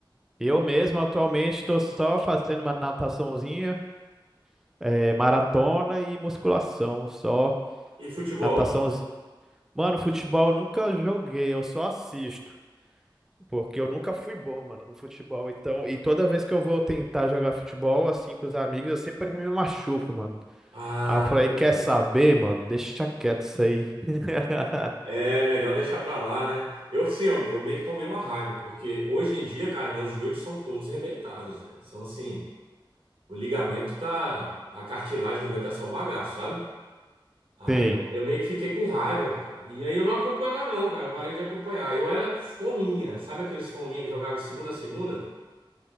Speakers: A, in the centre; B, on the right.
A: Eu mesmo atualmente estou só fazendo uma nataçãozinha, eh, maratona e musculação, só
B: E futebol?
A: natação. Mano, futebol eu nunca joguei, eu só assisto, porque eu nunca fui bom, mano, no futebol. Então, e toda vez que eu vou tentar jogar futebol assim com os amigos, eu sempre me machuco, mano.
B: Ah,
A: Aí eu falei,
B: pois
A: quer
B: é.
A: saber, mano? Deixa quieto isso aí. <laughs>
B: É melhor deixar pra lá, né? Eu, sim, eu, eu meio que tomei uma raiva, porque hoje em dia, cara, meus joelhos são todos arrebentados. velho. São assim, o ligamento tá. A cartilagem do joelho tá só o bagaço, sabe? Aí
A: Sim,
B: eu, eu meio que fiquei com raiva, cara. E aí eu não acompanho mais, não, cara. Eu parei de acompanhar. Eu era fominha, sabe aqueles fominha que jogava de segunda a segunda?